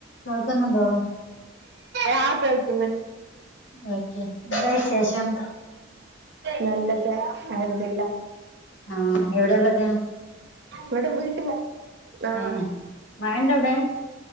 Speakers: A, on the left; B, on the right.
A: കേൾക്കുന്നുണ്ടോ
B: ആഹ് <unintelligible>
A: ഓക്കേ എന്താ വിശേഷം.
B: നല്ലത് എന്തെല്ലാം.
A: ആഹ് എവിടെയുള്ളത്.
B: ഇവിടെ വീട്ടിലാ ആഹ്.
A: ഏഹ് മഴണ്ടോ അവിടെ